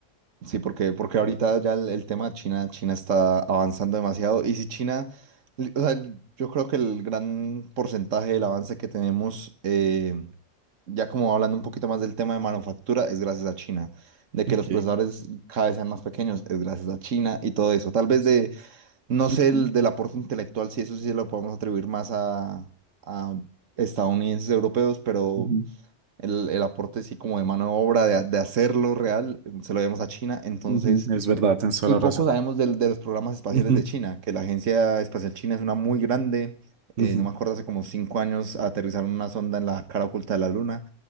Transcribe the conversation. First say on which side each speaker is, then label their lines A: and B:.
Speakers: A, on the right (about 80°); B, on the right (about 70°).
A: Sí, porque, porque ahorita ya el, el tema de China, China está avanzando demasiado. Y si China, li- o sea, yo creo que el gran porcentaje del avance que tenemos, eh, ya como hablando un poquito más del tema de manufactura, es gracias a China. De que
B: ok.
A: los procesadores cada vez sean más pequeños, es gracias a China y todo eso. Tal vez
B: Sí.
A: de, no sé,
B: Ujú,
A: el, del aporte intelectual, si eso sí se lo podemos atribuir más a, a estadounidenses, europeos, pero
B: ujú,
A: el, el aporte sí como de mano de obra, de, de hacerlo real, eh, se lo debemos a China. Entonces,
B: ujú, Es verdad, tienes toda
A: y
B: la
A: poco
B: razón.
A: sabemos del- de los programas espaciales
B: Ujú,
A: de China, que la Agencia Espacial China es una muy grande.
B: ujú,
A: eh, no me acuerdo, hace como cinco años aterrizaron una sonda en la cara oculta de la Luna.